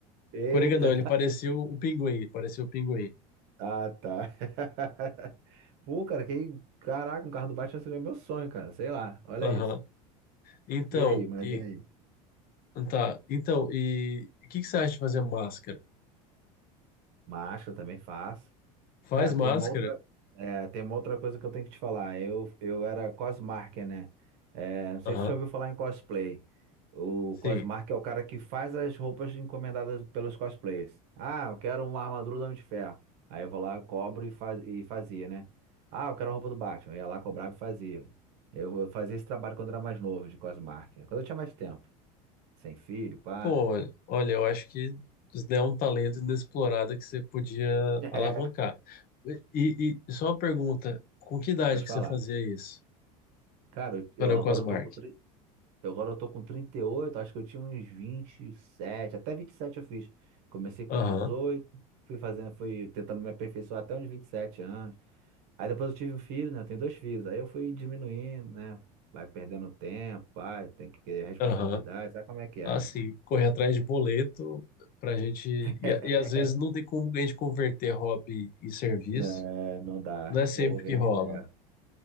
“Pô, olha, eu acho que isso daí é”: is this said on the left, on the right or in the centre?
Left